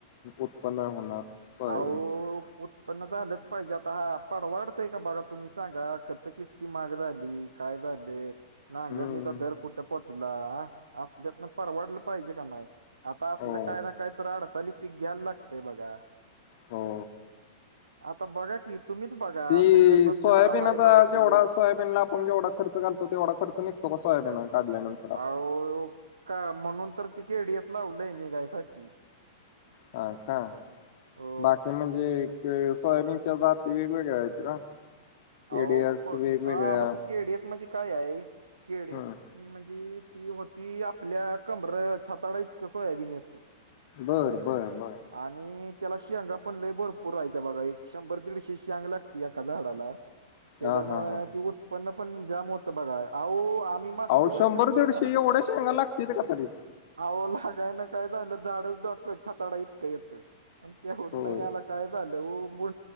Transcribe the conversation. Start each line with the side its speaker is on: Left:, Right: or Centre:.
Left: उत्पन्न होणार सोयाबीनच
Right: आऊ उत्पन्न झालंच पाहिजे आता हा पड वाढतंय का बघा तुम्ही सांगा खत किस्ती महाग झाली. कायदा नाही <inaudible> नांगरनीचा
Left: हम्म
Right: दर कुठं पोचला असल्यातन परवाडलं पाहिजे का नाही. आता असलं
Left: हो
Right: काय ना काय तर अडचाली पीक घ्यायला लागते बघा.
Left: हो
Right: आता बघा की तुम्हीच बघा
Left: ती
Right: तुम्ही आता
Left: सोयाबीनचा
Right: तुम्हाला हाय जराची
Left: जेवढा सोयाबीनला आपण जेवढ खर्च घालतो तेवढा खर्च निघतो का सोयाबिन काढल्यांतर
Right: अह का म्हणून तर तिकेडीएस लावलंय निघायसाठी
Left: हा का
Right: हो
Left: बाकी म्हणजे सोयाबीनच्या जाती वेगवेगळ्या आहेत का?
Right: अह
Left: एडीएस वेगवेगळ्या
Right: हा मग ते केडीएस म्हजे काय आहे केडीएस
Left: हम्म.
Right: म्हणजे ती होती आपल्या कमर छाताळा इतकं सोयाबीन येतं.
Left: बरं बर बरं
Right: आणि त्याला शेंगा पण लय भरपूर आहे त्या बघा एक शंभर दीडशे शेंग लागते एका झाडाला त्याच्यामुळे
Left: हा हा हा
Right: ती उत्पन्न पण जाम होतं बघा अह आम्ही मागच्या
Left: अव
Right: वेळी
Left: शंभर
Right: नुसताय
Left: दीडशे एवढ्या शेगा लागतील ते का तरी
Right: आव लागायला काय ना काय झालं झाड डाकछातडा इतक येतं पण तेवढं
Left: होय
Right: नाही आला. काय झालं हो बु